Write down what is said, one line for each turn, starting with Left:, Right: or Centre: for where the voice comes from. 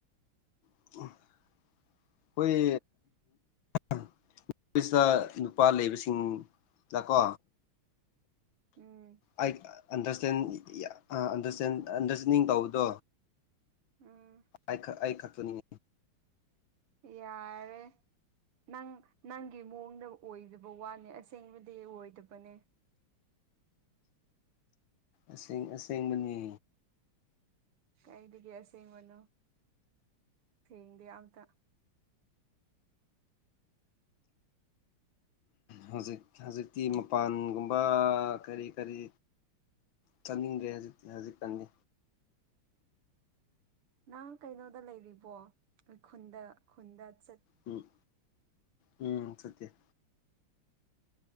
Left: ꯑꯩꯈꯣꯏ ꯅꯐꯁꯇ ꯅꯨꯄꯥ ꯂꯩꯕꯁꯤꯡꯗꯥꯛꯀꯣ
Right: ꯎꯝ
Left: ꯑ ꯑꯟꯗꯔꯁꯇꯦꯟ ꯑꯟꯗꯔꯁꯇꯦꯟ ꯑꯟꯗꯔꯁꯇꯦꯟꯗꯤꯡ ꯇꯧꯕꯗꯣ
Right: ꯎꯝ
Left: ꯑꯩ ꯑꯩꯈꯛꯇꯅꯤ
Right: ꯌꯥꯔꯦ ꯅꯪ ꯅꯪꯒꯤ ꯃꯑꯣꯡꯗ ꯑꯣꯏꯗꯕ ꯋꯥꯅꯦ ꯑꯁꯦꯡꯕꯗꯤ ꯑꯣꯏꯗꯕꯅꯦ
Left: ꯑꯁꯦꯡ ꯑꯁꯦꯡꯕꯅꯤ
Right: ꯀꯩꯗꯒꯦ ꯑꯁꯦꯡꯕꯅꯣ ꯁꯦꯡꯗꯦ ꯑꯃꯇ
Left: ꯍꯧꯖꯤꯛ ꯍꯧꯖꯤꯛꯇꯤ ꯃꯄꯥꯟꯒꯨꯝꯕ ꯀꯔꯤ ꯀꯔꯤ ꯆꯠꯅꯤꯡꯗ꯭ꯔꯦꯗ ꯍꯧꯖꯤꯛꯇꯤ ꯍꯧꯖꯤꯛꯀꯥꯟꯗꯤ
Right: ꯅꯪ ꯀꯩꯅꯣꯗ ꯂꯩꯔꯤꯕꯣ ꯈꯨꯟꯗ ꯈꯨꯟꯗ ꯆꯠ
Left: ꯎꯝ ꯎꯝ ꯁꯠꯇꯦ